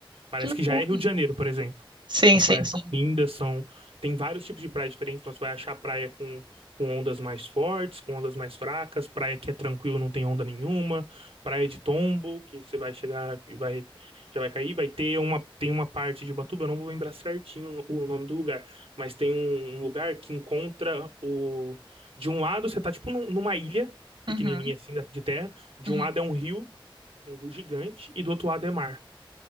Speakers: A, on the right; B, on the right.
A: Parece
B: Que loucura!
A: que já é Rio de Janeiro, por exemplo.
B: Sim,
A: As
B: sim,
A: praias
B: sim.
A: são lindas, são... tem vários tipos de praia diferentes, então você vai achar praia com, com ondas mais fortes, com ondas mais fracas, praia que é tranquilo, não tem onda nenhuma, praia de tombo, que você vai chegar e vai, já vai cair, vai ter uma, tem uma parte de Ubatuba, eu não vou lembrar certinho o nome do lugar, mas tem um, um lugar que encontra o... De um lado você tá tipo num- numa ilha pequenininha
B: Uhum,
A: assim da- de terra, de
B: uhum.
A: um lado é um rio, um rio gigante, e do outro lado é mar.